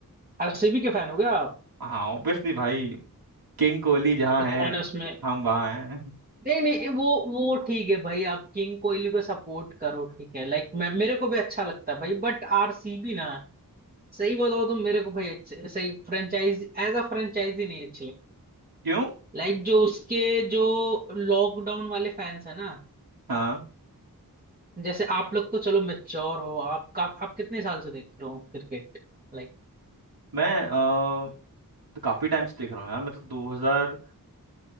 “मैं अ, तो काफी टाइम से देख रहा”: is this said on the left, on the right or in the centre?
Right